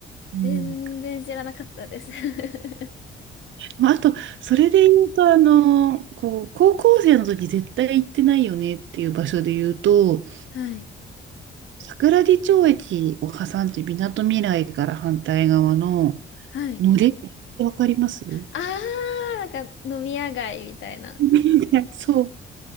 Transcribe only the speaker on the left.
全然知らなかったです。<laughs>
はい。
はい。
あー、なんか飲み屋街みたいな。